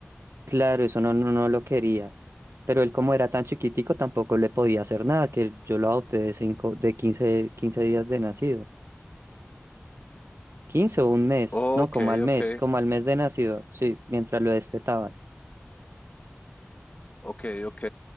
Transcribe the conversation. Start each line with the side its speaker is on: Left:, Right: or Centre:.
Right: claro, eso no, no, no lo quería. Pero él como era tan chiquitico tampoco le podía hacer nada, que yo lo adopté de cinco, de quince quince días de nacido. quince o un mes,
Left: Ok,
Right: no, como al mes,
Left: ok,
Right: como al mes de nacido, sí, mientras lo destetaban.
Left: ok, ok.